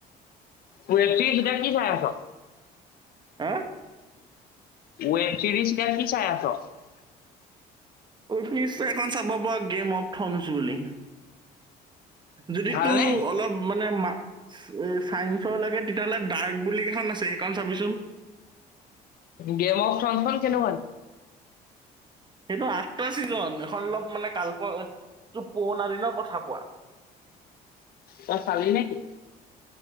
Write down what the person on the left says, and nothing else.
ৱেব ছিৰিজ এতিয়া কি চাই আছ?
ওৱেপ তিথিত এতিয়া কি চাই আছ <unintelligible>
ভালনে
গেম অফ <unintelligible>
তই চালি নেকি?